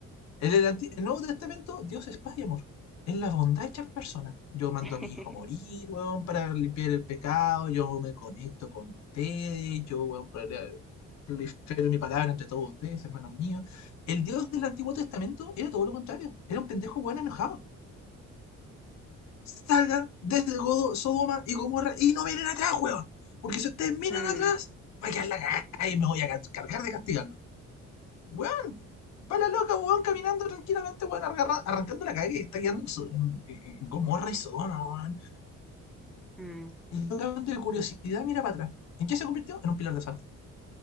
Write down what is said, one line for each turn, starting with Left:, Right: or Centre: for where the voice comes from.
Left: En el, Anti- el Nuevo Testamento, Dios es paz y amor. Es la bondad hecha persona. Yo mando
Centre: <laughs>
Left: a mi hijo a morir, weón, para limpiar el pecado. Yo me conecto con ustedes. Yo, weón, prole- prolifero mi palabra entre todos ustedes, hermanos míos. El Dios del Antiguo Testamento era todo lo contrario. Era un pendejo, weón, enojado. Salgan desde Godo- Sodoma y Gomorra y no miren atrás, weón. Porque si ustedes miran
Centre: Mm,
Left: atrás, va a quedar la cagada y me voy a ca- cargar de castigarlos Weón, va la loca, weón, caminando tranquilamente, weón, argarra- arrancando la calle que está quedando en, So- en- en- Gomorra y Sodoma, weón.
Centre: mm.
Left: Y el weón de curiosidad mira para atrás. ¿En qué se convirtió? En un pilar de sal.